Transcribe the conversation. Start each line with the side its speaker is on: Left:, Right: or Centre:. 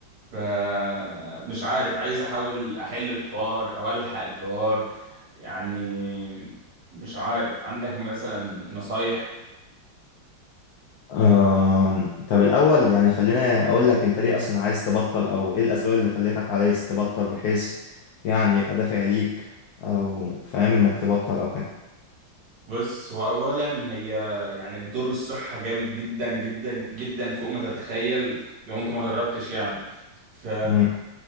Right: فمش عارف عايز احاول احل الحوار او الحق الحوار يعني مش عارف عندك مثلا نصايح
Left: آم، طب الأول يعني خلينا أقول لك أنت ليه أصلا عايز تبطل أو إيه الأسباب اللي خلتك عايز تبطل بحيث يعني يبقى دافع ليك أو فاهم إنك تبطل أو كده
Right: بص هو اولا هي يعني بتضر الصحه جامد جدا جدا جدا فوق ما تتخيل لو انت ما جربتش يعني ف
Left: أمم،